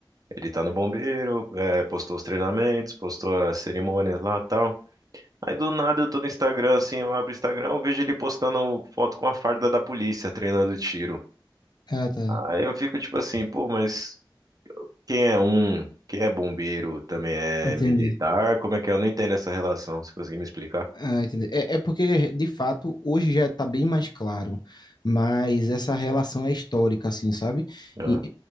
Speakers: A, on the right; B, on the left.
A: Ele tá no bombeiro, é, postou os treinamentos, postou as cerimônias lá, tal. Aí do nada eu tô no Instagram, assim, eu abro o Instagram, eu vejo ele postando foto com a farda da polícia treinando tiro.
B: Ah, tá,
A: Aí eu fico tipo assim, pô, mas quem é um, quem é bombeiro, também é
B: entendi.
A: militar? Como é que é? Eu não entendo essa relação, se conseguir me explicar.
B: Ah, entendi. É, é porque, de fato, hoje já está bem mais claro, mas essa relação é histórica, assim, sabe?
A: Ah,
B: E,